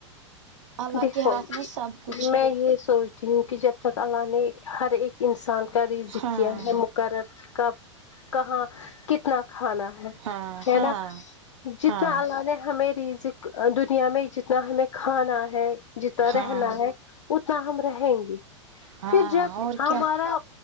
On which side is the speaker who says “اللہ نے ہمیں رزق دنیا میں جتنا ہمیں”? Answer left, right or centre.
Left